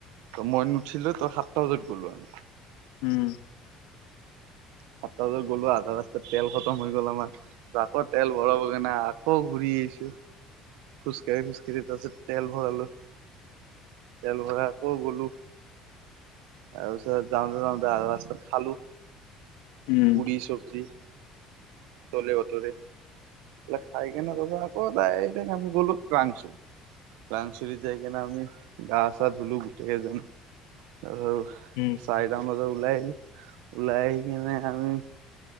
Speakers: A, on the right; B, on the left.
A: ত মই নুঠিলো তই সাতটা বজাত গ'লো আমি।
B: উম।
A: সাতটা বজাত গ'লো আধা ৰাস্তাত তেল খতম হৈ গ'ল আমাৰ আকৌ তেল ভৰাবগে না আকৌ ঘূৰি আহিছো। খোজকাঢ়ি - খোজকাঢ়ি তাৰাছত। তেল ভৰালো। তেল ভৰাই আকৌ গলো। আৰু পিছ যাওতে - যাওতে আধা ৰাস্তাৰ খালো।
B: উম
A: পুৰি চবজ্জি। চলে বতুৰে। খাই কেনে তাৰ আকৌ তাই আমি গলো কাংচুৰী কংচৰিত যাই কেনে আমি গা চা ধুলো গোটেইকেইজন। অহ '
B: উম
A: চাৰিটামান বজাত ওলাই আহি - ওলাই আহি কিনে আৰু